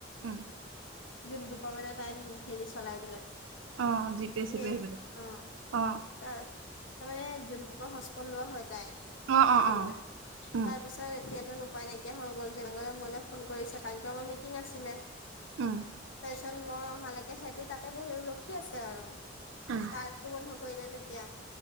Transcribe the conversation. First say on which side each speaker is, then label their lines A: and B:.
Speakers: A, on the right; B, on the left.
A: উম।
B: দিন দুপৰ মানে তাই হেৰি চলাই বোলে।
A: অঁ জিপে চিপে
B: নিত
A: সেইবিলাক
B: অ',
A: অঁ
B: তাৰ। তাৰ মানে যোনটো পৰা হচপত লোৱা হয় তাই সেইটো
A: অঁ অঁ অঁ
B: বোলে। তাৰপিছত
A: উম
B: এতিয়াতো উপাই নাইকিয়া হৈ গ'ল তেনেকুৱাতে মোলৈ ফোন কৰিছে কালিটো আমাৰ মিটিং আছিলে।
A: উম।
B: তাৰ পিছত মই অহালৈকে সিহতি তাতে বহি ৰখি আছে আৰু
A: উম
B: পাৰ্কো বন্ধ কৰিলে তেতি এতিয়া,